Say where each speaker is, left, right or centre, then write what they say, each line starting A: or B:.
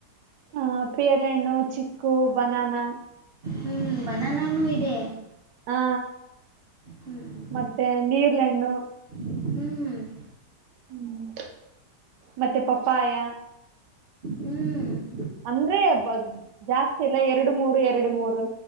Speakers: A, on the right; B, on the right.
A: ಹ ಪೇರಲ ಹಣ್ಣು, ಚಿಕ್ಕು, ಬನಾನ,
B: ಹ್ಞೂ ಬನಾನೂ ಇದೆ
A: ಹಾ
B: ಹ್ಮ್
A: ಮತ್ತೆ ನೀರಲಹಣ್ಣು
B: ಹ್ಮ್ ಹ್ಮ
A: ಹ್ಮ್ ಮತ್ತೆ ಪಪ್ಪಾಯ
B: ಹ್ಞೂ
A: ಅಂದ್ರೆ ಜಾಸ್ತಿ ಇಲ್ಲಾ ಎರಡು ಮೂರು ಎರಡು ಮೂರು